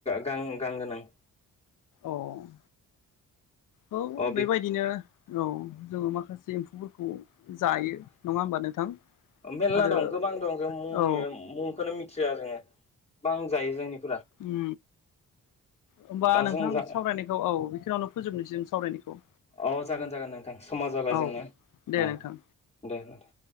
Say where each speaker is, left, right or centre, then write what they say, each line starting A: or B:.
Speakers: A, on the left; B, on the left.
A: गां गान गोनां।
B: औब औ
A: अ
B: बेबायदिनो
A: बे
B: औ जोंङो माखासे एम्फौफोरखौ जायो नंङा होमबा नोंथां।
A: मेरला
B: आरो
A: दं गोबां दं जों मुंनि
B: औ
A: मुंखौनो मिथिया जोङो बां जायो जोंनि
B: उम होमबा
A: दा
B: नोंथां
A: जों जा
B: सावरायनायखौ औ बेखिनियावनो फोजोबनोसै सावरायनायखौ।
A: औ जागोन जागोन नोंथां समा जाबाय
B: औ
A: जोंनो
B: दे
A: औ
B: नोंथां
A: दे होनोबा